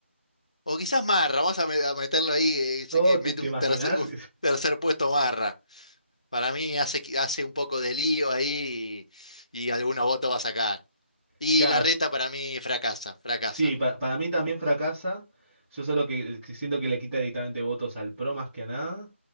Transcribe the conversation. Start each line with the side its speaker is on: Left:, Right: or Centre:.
Left: o quizás Marra, vamos a, me- a meterlo ahí, eh, sé
Centre: Oh,
Left: que
Centre: ¿te,
Left: mete
Centre: te
Left: un
Centre: imaginás?
Left: tercer, un tercer puesto Marra. Para mí hace, que- hace un poco de lío ahí y, y algunos votos va a sacar.
Centre: <laughs>
Left: Y
Centre: Cash.
Left: la reta para mí fracasa, fracasa.
Centre: Sí, pa- para mí también fracasa. Yo solo que, eh, que siento que le quita directamente votos al PRO más que a nada.